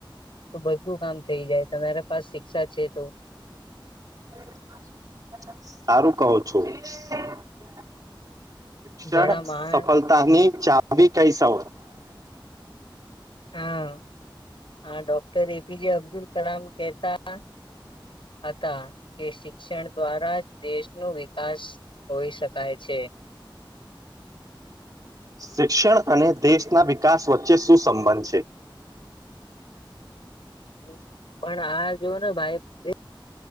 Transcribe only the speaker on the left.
તો બધું કામ થઈ જાય, તમારા પાસ શિક્ષા છે તો.
ઘણા મહાન
હમ
હા, હા, ડૉક્ટર એ પી જે અબ્દુલ કલામ કહેતા હતા કે, શિક્ષણ દ્વારા જ દેશનો વિકાસ હોઈ શકાય છે.
હ, પણ આ જો ને ભાઈ,